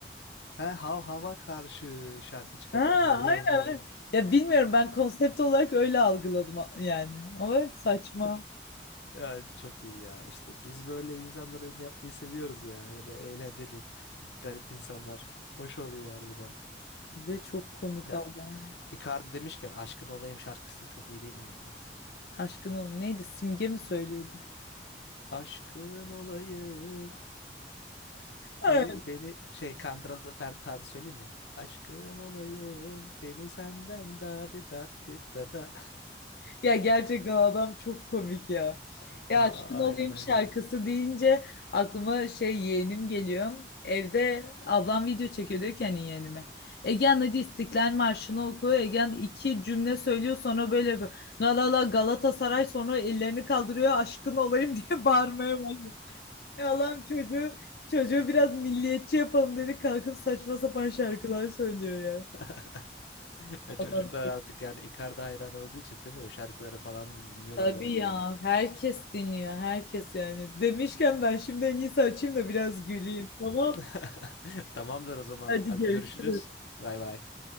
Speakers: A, on the left (about 85°); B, on the left (about 60°).
A: Ha hav hava karşı şarkı çıkartmışım.
B: Ha,
A: Miyav
B: aynen.
A: miyav.
B: aynen. Ya bilmiyorum ben konsept olarak öyle algıladım a- yani. Ama saçma
A: Ya, çok iyi ya. İşte biz böyle insanlara ün yapmayı seviyoruz ya. Böyle eğlenceli, garip insanlar. Hoş oluyor harbiden.
B: ve çok komik
A: Ya
B: Allah'ım.
A: Icardi demişken aşkın olayım şarkısı çok iyi değil mi ya?
B: Aşkın oğlum neydi? Simge mi söylüyordu?
A: Aşkın olayım.
B: Evet,
A: Beni beni şey Kandıralı Ferdi tarzı söyleyeyim mi? Aşkın olayım beni senden da di da di dadi da
B: Ya gerçekten adam çok komik ya.
A: <laughs>
B: Ya
A: Aa,
B: aşkın olayım
A: aynen aynen.
B: şarkısı deyince aklıma şey yeğenim geliyor. Evde ablam video çekiyor diyor ki hani yeğenime. Egen hadi İstiklal Marşı'nı oku. Egen iki cümle söylüyor sonra böyle yapıyor. La la la Galatasaray sonra ellerini kaldırıyor aşkın olayım <laughs> diye bağırmaya başlıyor. Ya Allah'ım çocuğu çocuğu biraz milliyetçi yapalım dedi kalkıp saçma sapan şarkılar söylüyor ya.
A: <laughs> Ya
B: Allah'ım.
A: Çocuklar artık yani Icardi hayran olduğu için değil mi? O şarkıları falan da dinliyorlar
B: Tabii
A: harbiden.
B: ya herkes dinliyor herkes yani. Demişken ben şimdi en iyisi açayım da biraz güleyim tamam.
A: <laughs> Tamamdır o zaman.
B: Hadi
A: Hadi
B: görüşürüz.
A: görüşürüz. Bay bay.